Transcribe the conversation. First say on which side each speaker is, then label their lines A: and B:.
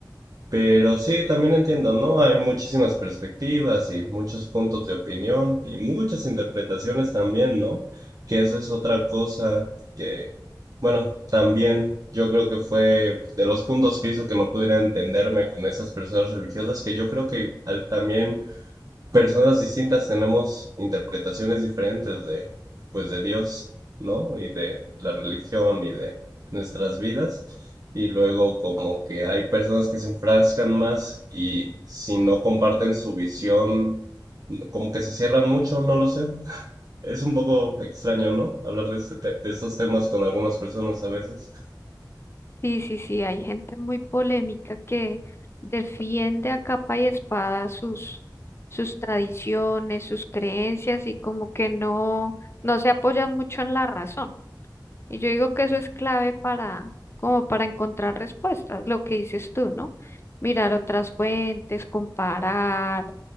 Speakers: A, on the right; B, on the left.
A: Pero sí, también entiendo, ¿no? Hay muchísimas perspectivas y muchos puntos de opinión y muchas interpretaciones también, ¿no? Que eso es otra cosa que, bueno, también yo creo que fue de los puntos que hizo que no pudiera entenderme con esas personas religiosas, que yo creo que al- también personas distintas tenemos interpretaciones diferentes de, pues, de Dios, ¿no? Y de la religión y de nuestras vidas. Y luego como que hay personas que se enfrascan más y si no comparten su visión, como que se cierran mucho, no lo sé. Es un poco extraño, ¿no? Hablar de, este te- de estos temas con algunas personas a veces.
B: Sí, sí, sí, hay gente muy polémica que defiende a capa y espada sus, sus tradiciones, sus creencias y como que no, no se apoyan mucho en la razón. Y yo digo que eso es clave para, como para encontrar respuestas, lo que dices tú, ¿no? Mirar otras fuentes, comparar,